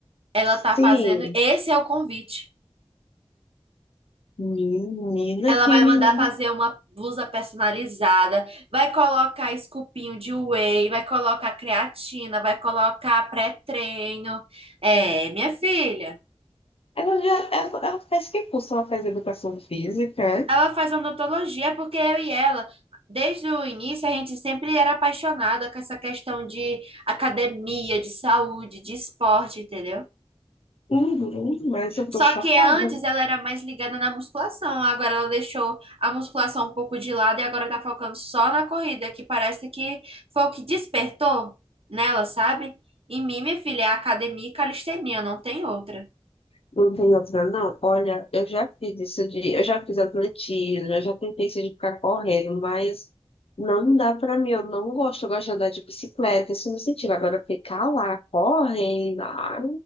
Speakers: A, on the right (about 65°); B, on the left (about 65°).
A: Ela
B: sim,
A: tá fazendo, esse é o convite.
B: menina,
A: Ela
B: que
A: vai
B: menina.
A: mandar fazer uma blusa personalizada, vai colocar esculpinho de whey, vai colocar creatina, vai colocar pré-treino. É, minha filha.
B: Ela já, ela, ela faz que curso? Ela faz educação física, é?
A: Ela faz odontologia porque eu e ela, desde o início, a gente sempre era apaixonada com essa questão de academia, de saúde, de esporte, entendeu?
B: Uhum, mas eu
A: Só
B: tô chocada.
A: que antes ela era mais ligada na musculação, agora ela deixou a musculação um pouco de lado e agora tá focando só na corrida, que parece que foi o que despertou nela, sabe? Em mim, minha filha, é academia e calistenia, não tem outra.
B: Não tem outra, não. Olha, eu já fiz isso de, eu já fiz atletismo, eu já tentei isso de ficar correndo, mas não dá pra mim, eu não gosto, eu gosto de andar de bicicleta, isso me incentiva. Agora ficar lá correndo, ai,